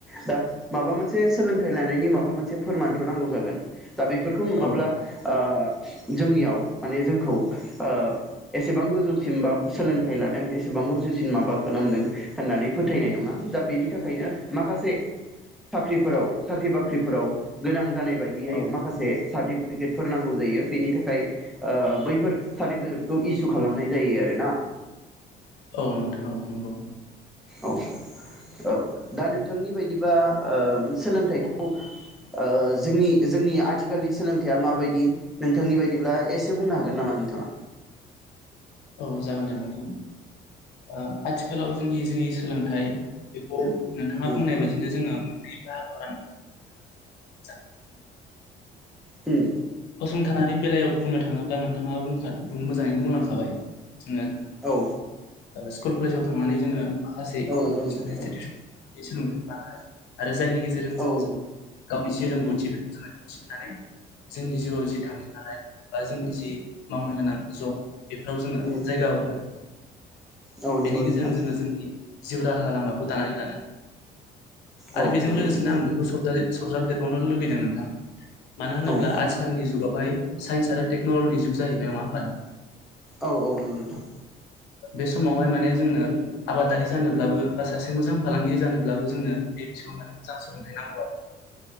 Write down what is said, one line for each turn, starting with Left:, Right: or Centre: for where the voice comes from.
Centre: बा माबा मोनसे सोलोंथाइ लानायनि माबा मोनसे फोरमानथ' नांगौ जागोन। दा बेफोरखौ नङाब्ला
Left: औ
Centre: ओ जोंनियाव माने जोंखौ ओ एसेबां गोजौसिम बा सोलोंथाइ लादों एसेबां जौसिन माबा खालामदों होन्नानै फोथायनाय नङा दा बेनि थाखायनो माखासे
Left: <unintelligible>
Centre: साख्रिफोराव साख्रि बाख्रिफोराव गोनां जानाय बायदियै
Left: औ
Centre: माखासे सार्टि फिकेटफोर नांगौ जायो बेनि थाखाय ओ बैफोर सार्टिफिकेटखौ इसु खालामनाय जायो आरोना।
Left: औ नोंथां औ नंगौ
Centre: औ औ दा नोंथांनि बायदिबा ओ सोलोंथाइखौ ओ जोंनि जोंनि आथिखालनि सोलोंथाइया माबायदि नोंथांनि बायदिब्ला एसे बुंनो हागोन नामा नोंथाङा?
Left: औ जागोन दे नोंथां ओ आथिखालाव जोंनि जे सोलोंथाइ बेखौ नोंथाङा
Centre: उम
Left: बुंनाय बायदिनो जोङो मोननै बाहागोआव राननो <inaudible>
Centre: उम
Left: फसंथानारि बेलायाव बुंनो थाङोब्ला नोंथाङा बुखा बुं मोजाङैनो बुंलांखाबाय जोङो
Centre: औ
Left: स्कुल कलेजाव थांनानै जोङो माखासे
Centre: औ
Left: इडुकेसनेल
Centre: नंगौ नोंथां औ
Left: इटिटिउस <inaudible> लानो हायो आरो जायनि गेजेरजों
Centre: औ
Left: जों
Centre: नंगौ
Left: गावनि जि रोंगौथि बेखौ जोङो दिन्थिनानै जोंनि जिउआव जि थांखि लानाय बा जोंनि जि मावनो गोनां जब बेफोराव जोङो
Centre: उम
Left: जायगा मोनो
Centre: औ नंगौ
Left: बेनि गेजेरजों
Centre: नोंथां
Left: जोङो जोंनि जिउ राहा लामाखौ दानानै लानो आरो
Centre: औ
Left: बेजों
Centre: नंगौ
Left: लोगोसेनो
Centre: नोंथां
Left: सरजाबदेरबावनो लुुबैदों नोंथां मानो होनोब्ला
Centre: औ
Left: आथिखालनि जुगावहाय साइन्स आरो टेकनलजिनि जुग जाहैनाय नङा होमबा नोंथां
Centre: औ औ नोंगौ नोंथां
Left: बे समावहाय माने जोङो आबादारि जानोब्लाबो बा सासे मोजां फालांगिरि जानोब्लाबो जोङो बेथिबां मोजां सोलोंथाइ नांगौ आरो